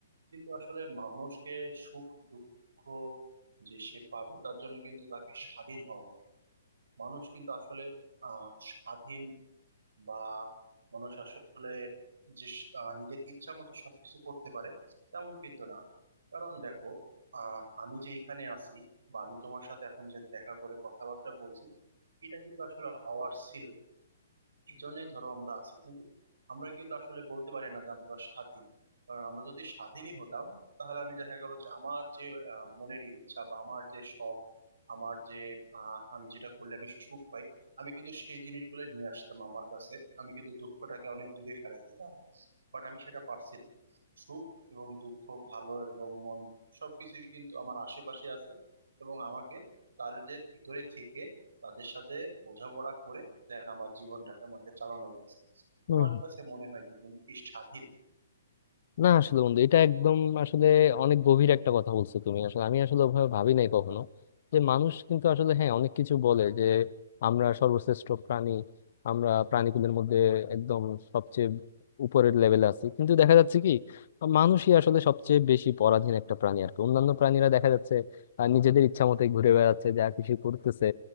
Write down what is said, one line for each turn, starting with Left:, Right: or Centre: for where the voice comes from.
Right: কিন্তু আসলে মানুষকে সুখ দুঃখ যে সে পাবে তার জন্য কিন্তু তাকে স্বাধীন হওয়া লাগে মানুষ কিন্তু আসলে আহ স্বাধীন বা মানুষ আসলে যে স- আহ, নিজের ইচ্ছা মতো সবকিছু করতে পারে তেমন কিন্তু না কারণ দেখো আহ আমি যে এখানে আছি বা আমি তোমার সাথে এখন যে দেখা করে কথাবার্তা বলছি এটা কিন্তু আসলে হওয়ার ছিল এই জন্যই ধরো আমরা আছি কিন্তু আমরা কিন্তু আসলে বলতে পারি না যে আমরা স্বাধীন কারণ আমরা যদি স্বাধীনই হতাম তাহলে আমি দেখা গেল যে আমার যে আহ, মনের ইচ্ছা বা আমার যে শখ আমার যে আহ, আমি যেটা করলে আমি সুখ পাই আমি কিন্তু সেই জিনিসগুলো নিয়ে আসতাম আমার কাছে আমি কিন্তু দুঃখটাকে অনেক দূরে ফেলাই দিতাম বাট আমি সেটা পারছি না সুখ এবং দুঃখ ভালো এবং মন্দ সবকিছুই কিন্তু আমার আশেপাশে আছে এবং আমাকে তাদের ভিতরে থেকে তাদের সাথে বোঝাপড়া করে দেন আমার জীবনটাকে আমাকে চালানো লাগছে তোমার
Left: হম
Right: কাছে মনে হয় কি তুমি কি স্বাধীন
Left: না আসলে বন্ধু এটা একদম আসলে অনেক গভীর একটা কথা বলছো তুমি আসলে আমি আসলে ওভাবে ভাবি নাই কখনো যে মানুষ কিন্তু আসলে হ্যাঁ অনেক কিছু বলে যে আমরা সর্বশ্রেষ্ঠ প্রাণী আমরা প্রাণীকুলের মধ্যে একদম সবচেয়ে উপরের লেভেলে আছি কিন্তু দেখা যাচ্ছে কি মানুষই আসলে সবচেয়ে বেশি পরাধীন একটা প্রাণী আর কি অন্যান্য প্রাণীরা দেখা যাচ্ছে আহ, নিজেদের ইচ্ছা মতোই ঘুরে বেড়াচ্ছে যা কিছু করতেছে